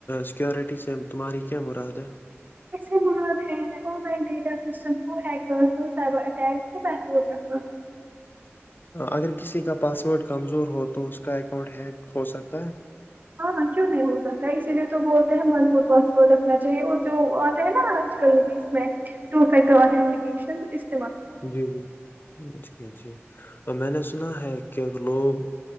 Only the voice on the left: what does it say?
سیکورٹی سے تمہاری کیا مراد ہے-
اگر کسی کا پاس ورڈ کمزور ہو تو اس کا اکاؤنٹ ہیک ہو سکتا ہے
جی- جی -جی- جی اور میں نے سنا ہے کہ لوگ-